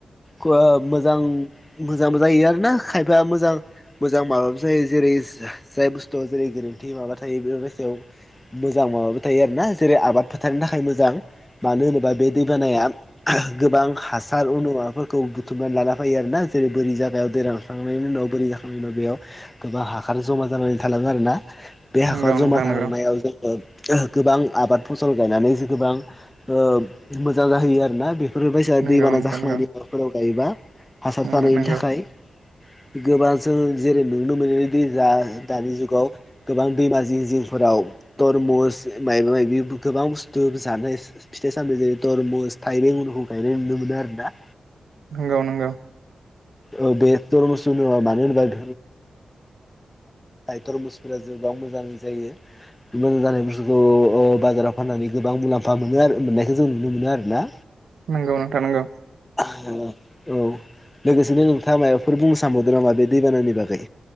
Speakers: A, on the left; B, on the right.
A: ओ मोजां मोजांबो जायो आरोना खायफाया मोजां मोजां माबाबो जायो जेरै जाय बुस्थुआव जेरै गोरोन्थि माबा थायो बेफोर सायाव मोजां माबाबो थायो आरोना जेरै आबाद फोथारनो थाखाय मोजां मानो होनोबा बे दैबानाया गोबां हासार माफोरखौ बुथुमनानै लाना फैायो आरोना जेरै बोरै जागायाव दै रानखांनायनि उनाव बोरै जा उनाव बेयाव गोबां हासार जमा जानानै थलाङो आरो ना? बे हासार
B: नंगौ नोंथां नंगौ नोंथां नंगौ नोंथां नंगौ
A: जमा
B: नोंथां
A: थांलांनायाव
B: नंगौ नोंथां नंगौ
A: जोङो गोबां आबाद फसल गायनानै जे गोबां ओ मोजां जाहैयो आरोना बेफोर बायसा
B: नंगौ
A: दैबाना
B: नोंथां
A: जाखांनायनि
B: नंगौ
A: माबाफोराव गायोबा। हासार
B: उम
A: थानायनि
B: नंगौ
A: थाखाय। गोबां जों जेरै नुनो मोनो दै जा दानि जुगाव गोबां दैमा जिं जिंफोराव तरमुस माबा माबि गोबां बुस्थु जानाय फिथाइ सामथाइ जेरै तरमुस थाइबें गुनहु गायनाय नुनो मोनो आरोना?
B: नंगौ नंगौ।
A: <unintelligible> थानायनि थाखाय थरमुसफोरा जोबां मोजां जायो। मोजां जानाय बुस्थुखौ ओ बाजाराव फाननानै गोबां मुलाम्फा मोनो आरो मोननायखौ जों नुनो मोनो आरो ना?
B: नंगौ नोंथां नंगौ
A: औ लोगोसेनो नोंथाङा माबाफोर बुंनो सानबावदों नामा बे दै बानानि बागै?